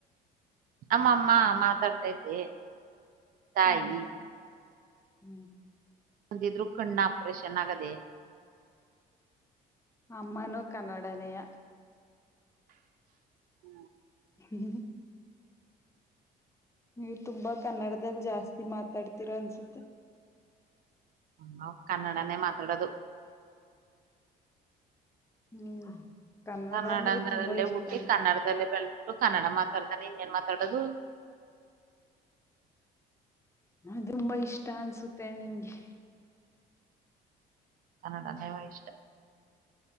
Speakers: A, on the right; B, on the left.
A: ಅಮ್ಮ ಅಮ್ಮ ಮಾತಾಡ್ತೈತೆ ತಾಯಿ.
B: ಹ್ಮ್ ಹ್ಮ್.
A: ಅಂದಿದ್ರು ಕಣ್ಣ ಆಪ್ರೇಷನ್ ಆಗದೆ.
B: ಅಮ್ಮನು ಕನ್ನಡನೆಯಾ.
A: ಹ್ಮ್,
B: <inaudible> ನೀವ್ ತುಂಬಾ ಕನ್ನಡದಲ್ ಜಾಸ್ತಿ ಮಾತಾಡ್ತೀರಾ ಅನ್ಸುತ್ತೆ.
A: ನಾವ್ ಕನ್ನಡನ್ನೆ ಮಾತಡದು.
B: ಹ್ಮ್.
A: ಕನ್ನಡ
B: ಅಂದ್ರೆ
A: ಅಂದ್ರದಲ್ಲೇ
B: ತುಂಬಾ ಇಷ್ಟ
A: ಹುಟ್ಟಿ
B: ಅನ್ಸುತ್ತೆ
A: ಕನ್ನಡದಲ್ಲೇ ಬೆಳ್ದು. ದು ಕನ್ನಡ ಮಾತಾಡ್ದೇನೇ ಇನ್ನೇನ್ ಮಾತಡದು.
B: ಹ ತುಂಬಾ ಇಷ್ಟಾ ಅನ್ಸುತ್ತೆ ನಿಮ್ಗೆ.
A: ಕನ್ನಡನೇವ ಇಷ್ಟಾ.